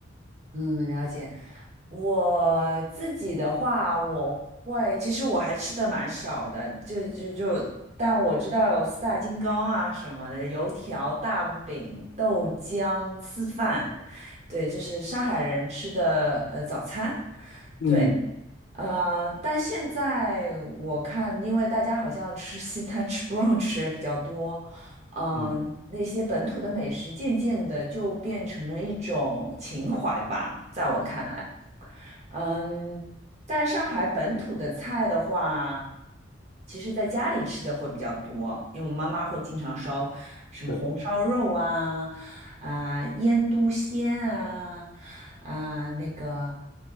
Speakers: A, on the right; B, on the left.
A: 嗯，了解。我自己的话，我会，其实我还吃的蛮少的，就就就，但我知道有四大金刚啊什么的，油条、大饼、豆浆、吃饭，对，就是上海人吃的呃早餐。
B: 嗯，
A: 对，呃，但现在我看，因为大家好像吃西餐、吃 brunch 也比较多，嗯、
B: 嗯，
A: 那些本土的美食渐渐的就变成了一种情怀吧，在我看来，嗯，但上海本土的菜的话，其实在家里吃的会比较多，因为我妈妈会经常烧什么红烧肉啊，
B: 对，
A: 啊、腌笃鲜啊。啊、那个，